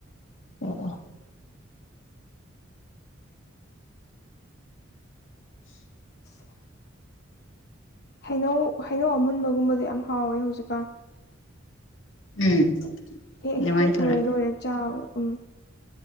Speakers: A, on the left; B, on the left.
A: ꯑꯣ
B: ꯗꯨꯋꯥ <inaudible> ꯍꯩꯅꯧ ꯍꯩꯅꯧ ꯑꯃꯨꯟꯕꯒꯨꯝꯕꯗ ꯌꯥꯝ ꯍꯥꯎꯋꯦ ꯍꯧꯖꯤꯛꯀꯥꯟ
A: ꯎꯝ
B: ꯍꯦꯛ
A: ꯑꯗꯨꯃꯥꯏꯅ
B: ꯍꯦꯛ
A: ꯇꯧꯔꯦ
B: ꯂꯣꯏꯔ ꯂꯣꯏꯔꯦ ꯆꯥꯕ ꯎꯝ